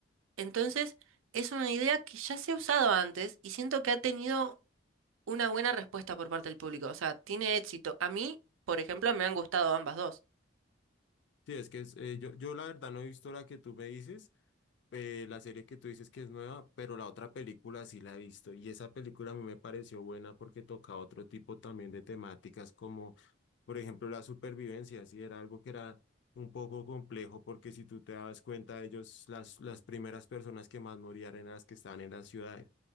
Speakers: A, on the right; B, on the left.
A: entonces, es una idea que ya se ha usado antes y siento que ha tenido una buena respuesta por parte del público. O sea, tiene éxito. A mí, por ejemplo, me han gustado ambas dos.
B: Sí, es que es, eh, yo, yo la verdad no he visto la que tú me dices, eh, la serie que tú dices que es nueva, pero la otra película sí la he visto y esa película a mí me pareció buena porque toca otro tipo también de temáticas como, por ejemplo, la supervivencia, sí, era algo que era un poco complejo porque si tú te das cuenta, ellos, las, las primeras personas que más morían eran las que estaban en las ciudades.